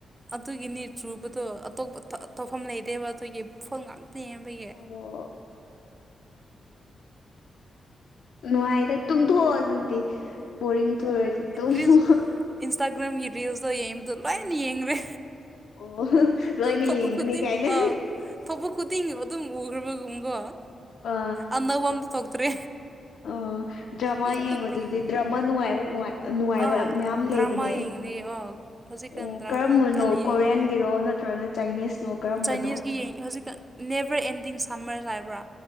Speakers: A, on the right; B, on the left.
A: ꯑꯗꯨꯒꯤ ꯅꯤ ꯆꯨꯕꯗꯣ ꯑꯇꯣꯞꯄ ꯇꯧꯐꯝ ꯂꯩꯇꯦꯕ ꯑꯗꯨꯒꯤ ꯐꯣꯟ ꯉꯥꯛꯇ ꯌꯦꯡꯕꯒꯤ
B: ꯑꯣ ꯅꯨꯡꯉꯥꯏꯗ ꯇꯨꯝꯊꯣꯛꯑꯣ ꯑꯗꯨꯗꯤ ꯕꯣꯔꯤꯡ ꯆꯨꯔꯗꯤ ꯇꯨꯝꯃꯣ
A: ꯔꯤꯜꯁ ꯏꯟꯁꯇꯥꯒ꯭ꯔꯥꯝꯒꯤ ꯔꯤꯜꯁꯇꯣ ꯌꯦꯡꯕꯗꯣ ꯂꯣꯏꯅ ꯌꯦꯡꯒꯔꯦ
B: ꯑꯣ ꯂꯣꯏꯅ
A: ꯊꯣꯛꯄ
B: ꯌꯦꯡꯈ꯭ꯔꯦ
A: ꯈꯨꯗꯤꯡ
B: ꯀꯥꯏꯅ
A: ꯑꯥ ꯊꯣꯛꯄ ꯈꯨꯗꯤꯡ ꯑꯗꯨꯝ ꯎꯒ꯭ꯔꯕꯒꯨꯝꯀꯣ
B: ꯑ
A: ꯑꯅꯧꯕ ꯑꯃ ꯊꯣꯛꯇ꯭ꯔꯦ
B: ꯑꯣ ꯗ꯭ꯔꯥꯃꯥ
A: ꯌꯦꯡꯃꯟꯕꯒꯤ
B: ꯌꯦꯡꯕꯗꯨꯗꯤ ꯗ꯭ꯔꯥꯃꯥ ꯅꯨꯡꯉꯥꯏꯕ ꯅꯨꯡꯉꯥꯏ ꯅꯨꯡꯉꯥꯏꯕ
A: ꯑꯥ
B: ꯃꯌꯥꯝ
A: ꯗ꯭ꯔꯃꯥ
B: ꯂꯩꯕꯅꯦ
A: ꯌꯦꯡꯂꯤ
B: ꯑꯣ
A: ꯍꯧꯖꯤꯛꯀꯥꯟ ꯗ꯭ꯔꯃꯥ
B: ꯀꯔꯝꯕꯅꯣ
A: ꯀꯟꯅ ꯌꯦꯡꯉꯤ
B: ꯀꯣꯔꯤꯌꯥꯟ ꯒꯤꯔꯣ ꯅꯠꯇ꯭ꯔꯒꯅ ꯆꯥꯏꯅꯤꯁꯂꯣ ꯀꯔꯝꯕꯅꯣ
A: ꯆꯥꯏꯅꯤꯁꯀꯤ ꯌꯦꯡꯉꯦ ꯍꯧꯖꯤꯛꯀꯥꯟ ꯅꯦꯕꯔ ꯑꯦꯟꯗꯤꯡ ꯁꯝꯃꯔꯁ ꯍꯥꯏꯕ꯭ꯔꯥ